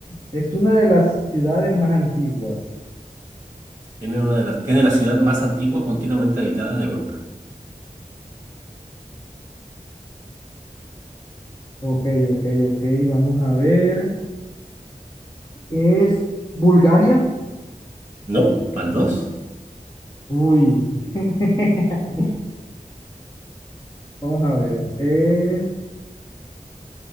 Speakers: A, on the left; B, on the right.
A: es una de las ciudades más antiguas.
B: Tiene una de las, tiene la ciudad más antigua continuamente habitada de Europa.
A: Ok, ok, ok, vamos a ver. ¿Es Bulgaria?
B: No, van dos.
A: Uy, <laughs> vamos a ver. Es...